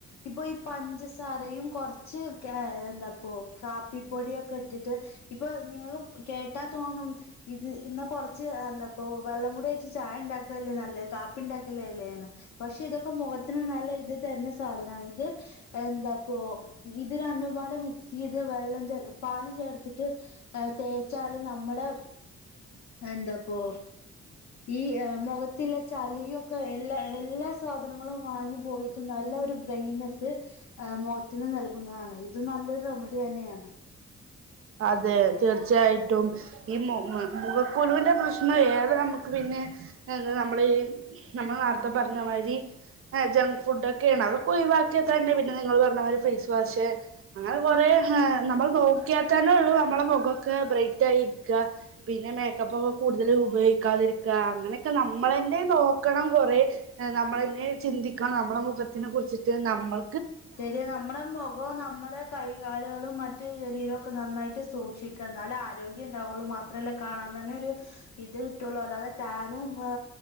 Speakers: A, on the left; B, on the right.
A: ഇപ്പൊ ഈ പഞ്ചസാരയും കുറച്ച് ക്യാ എന്താപോ കാപ്പിപ്പൊടിയോ ക്കെ ഇട്ടിട്ട് ഇപ്പൊ നിങ്ങള്ളുംകേട്ടാ തോന്നും ഇത് ഇന്ന് കൊറച്ച് എന്താ അപ്പൊ വെള്ളം കൂടി ഒയിച് ചായ ഇ ണ്ടാക്കല്ലേ നല്ലേ കാപ്പി ഉണ്ടാക്കല്ലേ അല്ലേന്ന് പക്ഷെ ഇതൊക്കെ മുഖത്തിന് നല്ല ഇത് തരുന്ന സാധനാ ണ് ഇത് എന്തപ്പോ ഇത് രണ്ടുംപാടെ മിക്സ് ചെയ്ത് വെള്ളം ചേ പാല് ചേർത്തിട്ട് തേച്ചാല് നമ്മുടെ എന്താപ്പ ഇ മുഖത്തിലേ ചളിയൊക്കെ എ എല്ലാ സാധനങ്ങളും വാങ്ങി പോയിട്ട് നല്ല ഒരു ബ്രെൻനെസ്സ് ആ മുഖത്തിന് നൽകുന്നതാണ് ഇത് നല്ലൊരു റെമഡി തന്നെയാണ്
B: അതെ തീർച്ചയായിട്ടും ഈ മുമു ഖക്കു രൂന്റെ പ്രശ്നം ഏറെ നമക്ക് പിന്നെ എ നമ്മൾ ഇ നമ്മൾ നേര്ത്തെ പറഞ്ഞ മാതിരി ജങ്ക് ഫുഡ ഒക്കെയണ് അതൊക്കെ ഒഴിവാക്കിയാൽ തന്നെ പിന്നെ നമ്മൾ ഇ നമ്മള് നേര് െത്ത പറഞ്ഞമായ്രി ഫേസ് വാഷ് അങ്ങനെ കൊറെ എ നമ്മൾ നോക്കിയാ തന്നെ ഉള്ളൂ നമ്മളുടെ മുഖൊക്കെ ബ്രൈറ്റ് ആയിരിക പിന്നെ മേക്കപ്പ് ഒക്കെ കൂടുതല് ഉപയോഗിക്കാതിരിക അങ്ങനെയൊക്കെ നമ്മളെന്നെ നോക്കണം കൊറേ എ നമ്മളെന്നെ ചിന്തിക്കണം നമ്മളെ മുഖത്തിനെ കുറിച്ചിട്ട് നമ്മൾ
A: ശരിയ നമ്മുടെ മുഖോ നമ്മുടെ കൈ കാലുകളും മറ്റു ശരീരവും ഒക്കെ നന്നായിട്ട് സൂക്ഷിക്ക എന്നാലെ ആരോഗ്യം ഉണ്ടാവോള്ളു മാത്രല്ല കാണാൻ തന്നെ ഒരു ഇത് കിട്ടുള്ളൂ അല്ലാതെ താനും ഒ